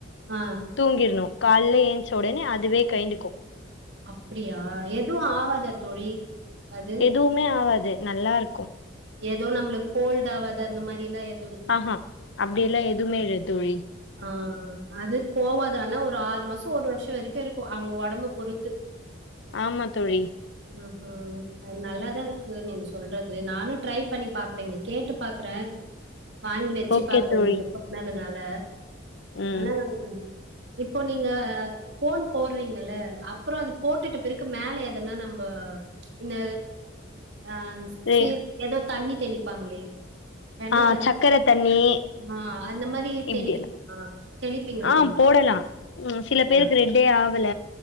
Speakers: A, on the right; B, on the left.
A: ஆ
B: தூங்கிட்ணு கால்ல ஏன்ச்ச ஒடனே அதுவே கயிண்டுக்கு
A: அப்டியா எதுவு ஆவாதா தோழி அது
B: எதுவுமே ஆவாது நல்லா இருக்கு
A: ஏதோ நம்ளுக் கோல்டு ஆவாது அந்த மாரிலா எ
B: அஹா அப்டில்லா எதுவுமே இல்ல தோழி
A: ஆ ம் அது போவாது ஆனா ஒரு ஆறு மாசொ ஒரு வருஷொ வரைக்கு இருக்கு அவங்க ஒடம்ப பொறுத்து
B: ஆமா தோழி
A: ம் ஹும் நல்லாதா இருக்கு நீங்க சொல்றது நானு ட்ரை பண்ணி பாக்குறங்க கேட்டு பாக்குறே வாங்கி வெச்சு
B: ஓகே
A: பாக்குறே
B: தோழி
A: நீங்க எப்ப வெனாது னால
B: ம்
A: ஆனா நம்ம ஒன்னு இப்போ நீங்க கோன் போட்றீங்கல்ல அப்புறொ அது போட்டுட்டு பிறகு மேலே எதன்னா நம்ப இந்த ஆ ச்
B: ரே
A: சீ தண்ணி தெளிப்பாங்களே என்ன
B: ஆ
A: தண்ணி
B: சக்கர தண்ணி
A: ஆ அந்த மாரி
B: இப்டி
A: தெளிக்கணுமா தெளிப்பீங்களா
B: ஆ
A: நீங்க
B: போடலா சில
A: எல்லா
B: பேருக்கு ரெட்டே ஆ குல